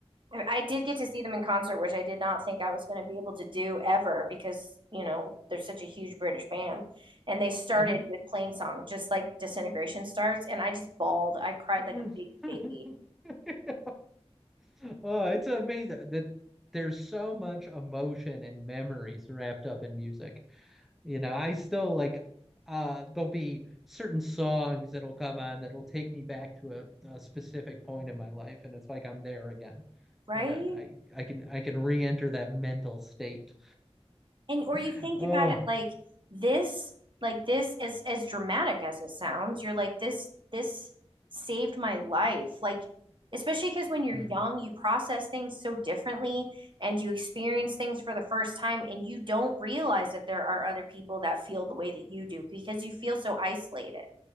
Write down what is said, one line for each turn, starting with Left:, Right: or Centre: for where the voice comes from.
Right: I did get to see them in concert, which I did not think I was going to be able to do ever because, you know, they're such a huge British band. And they started
Centre: Mhm.
Right: with Plain Song, just like Disintegration starts. And I just bawled. I cried
Centre: Mhm.
Right: like a big
Centre: <laughs>
Right: baby,
Centre: Oh, it's amazing that there's so much emotion and memories wrapped up in music. You know, I still like uh there'll be certain songs that'll come on that'll take me back to a, a specific point in my life and it's like I'm there again.
Right: right?
Centre: Uh, I I can I can re-enter that mental state.
Right: And or
Centre: <laughs>
Right: you think
Centre: Oh,
Right: about it like this, like this as as dramatic as it sounds, you're like this this saved my life. Like especially because when you're
Centre: mm,
Right: young, you process things so differently and you experience things for the first time and you don't realize that there are other people that feel the way that you do because you feel so isolated.